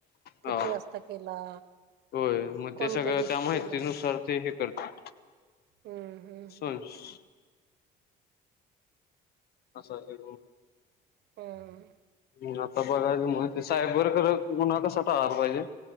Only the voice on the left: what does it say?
हा
होय मग
ते सगळं
त्या माहितीनुसार
ते हे करते
सोल्यूस असं आहे
ह आता बघायच माहिती सायबरकर गुन्हा कसा टाळला पाहिजे